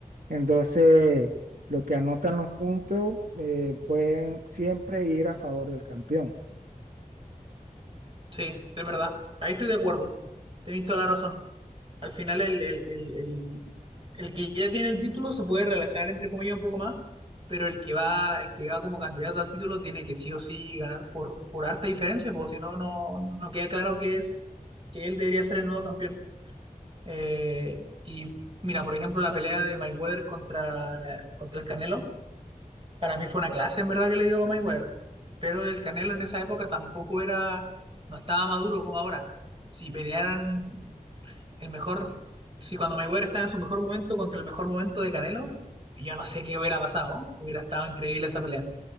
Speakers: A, on the right; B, on the right.
A: Entonces, lo que anotan los puntos eh, pueden siempre ir a favor del campeón.
B: Sí, es verdad. Ahí estoy de acuerdo. Tenéis toda la razón. Al final el, el, el- el- el que ya tiene el título se puede relajar entre comillas un poco más, pero el que va, el que va como candidato al título tiene que sí o sí ganar por, por harta diferencia, porque si no, no, no queda claro que es, que él debería ser el nuevo campeón. Eh, y mira, por ejemplo, la pelea de Mayweather contra, contra el Canelo, para mí fue una clase en verdad que le dio Mayweather, pero el Canelo en esa época tampoco era, no estaba maduro como ahora si pelearan el mejor, si cuando Mayweather estaba en su mejor momento contra el mejor momento de Canelo, yo no sé qué hubiera pasado, hubiera estado increíble esa pelea.